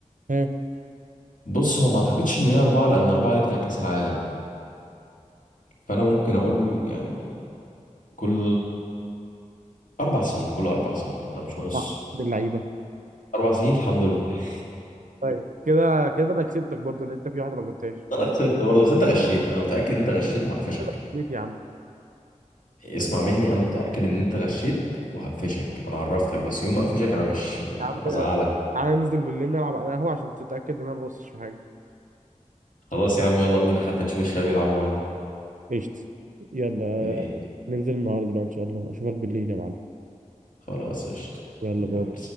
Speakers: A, on the right; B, on the left.
A: ها
B: بص هو ما أعتقدش إن هي أربعة لأن أربعة دي بتاع كأس العالم فأنا ممكن أقول يعني كل أربع سنين كل أربع سنين أنا مش ناقص
A: صح من اللعيبه
B: أربع سنين الحمد لله <laughs>
A: طيب كده كده انا كسبتك برضه ان انت في واحده ما جبتهاش
B: أنا خسرت برضه بس أنت غشيت أنا متأكد إن أنت غشيت وهقفشك
A: فكسبت يا عم
B: اسمع
A: خلاص
B: مني انا متاكد ان انت غشيت وهقفشك انا عرفتك بس يوم ما اقفشك انا مش
A: يا عم
B: هزعلك
A: تعالى ننزل بالليل نلعب انا قهوه عشان تتاكد ان انا ما ببصش في حاجه
B: خلاص يا عم يلا بينا حتى نشوف الشباب يلعبوا معانا
A: قشطة يلا
B: إيه،
A: ننزل النهاردة بقى إن شاء الله أشوفك بالليل يا معلم
B: خلاص قشطة
A: يلا
B: يلا
A: باي